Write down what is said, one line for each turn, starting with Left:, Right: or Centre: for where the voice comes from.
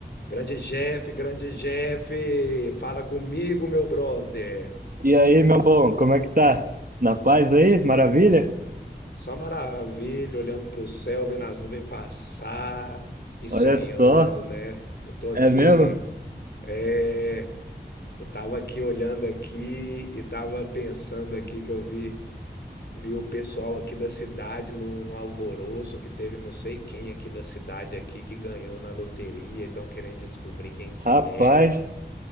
Left: Grande Jeff, grande Jeff, fala comigo, meu brother.
Right: E aí, meu bom, como é que tá? Na paz aí? Maravilha?
Left: Só maravilha, olhando pro céu, vendo as nuvens passar e
Right: Olha
Left: sonhando,
Right: só,
Left: né? Eu tô aqui,
Right: é mesmo?
Left: é, eu tava aqui olhando aqui e tava pensando aqui que eu vi, vi o pessoal aqui da cidade no, no alvoroço que teve não sei quem aqui da cidade aqui que ganhou na loteria e estão querendo descobrir quem que
Right: Rapaz,
Left: é.